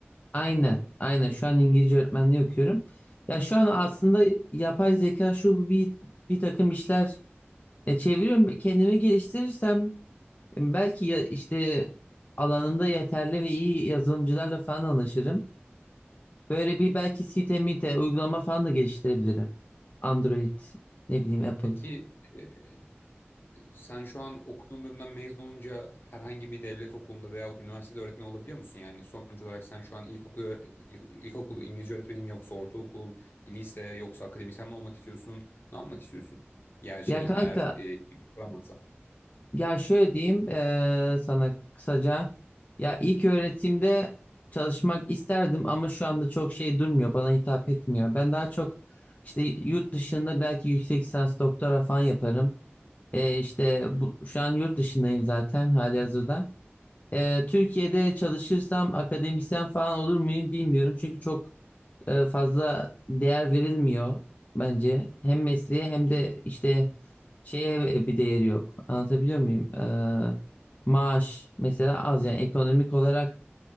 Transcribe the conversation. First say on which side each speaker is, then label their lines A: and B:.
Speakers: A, on the left; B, on the left.
A: Aynen, aynen. Şu an İngilizce öğretmenliği okuyorum. Ya şu an aslında
B: Pe-
A: yapay zeka şu bu bir bir takım işler e, çeviriyorum. Kendimi geliştirirsem Belki ya- işte alanında yeterli ve iyi yazılımcılarla falan anlaşırım. Böyle bir belki site mite uygulama falan da geliştirebilirim. Android ne bileyim Apple.
B: Peki e, sen şu an okuduğun bölümden mezun olunca herhangi bir devlet okulunda veyahut üniversitede öğretmen olabiliyor musun? Yani sonuç olarak sen şu an ilkokul, ilk, ilkokul İngilizce öğretmeni mi yoksa ortaokul, lise yoksa akademisyen mi olmak istiyorsun? Ne yapmak istiyorsun? Ya şey
A: Ya kanka
B: eğer e, ceket kuramazsan.
A: ya şöyle diyeyim eee, sana kısaca. Ya ilk öğretimde çalışmak isterdim ama şu anda çok şey durmuyor bana hitap etmiyor. Ben daha çok işte yurt dışında belki yüksek lisans doktora falan yaparım. Eee, işte bu, şu an yurt dışındayım zaten halihazırda. Ee, Türkiye'de çalışırsam akademisyen falan olur muyum bilmiyorum. Çünkü çok e, fazla değer verilmiyor bence. Hem mesleğe hem de işte şeye bir değeri yok. Anlatabiliyor muyum? Ee, maaş mesela az yani ekonomik olarak